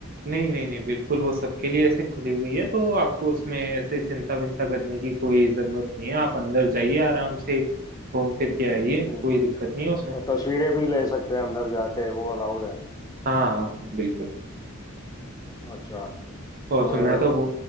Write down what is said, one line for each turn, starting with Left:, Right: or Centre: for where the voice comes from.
Right: नहीं नहीं नहीं बिल्कुल वो सबके लिए ऐसे खुली हुई है तो आपको उसमें ऐसे चिंता विंता करने की कोई जरूरत नहीं है आप अंदर जाइए आराम से घूम फिर के आइए
Left: हम्म
Right: कोई दिक्कत नहीं है उसमें
Left: और तस्वीरें भी ले सकते हैं अंदर जाके वो अलाउड है
Right: हाँ हाँ हाँ, बिल्कुल
Left: अच्छा
Right: और
Left: और
Right: फिर मैं तो बो,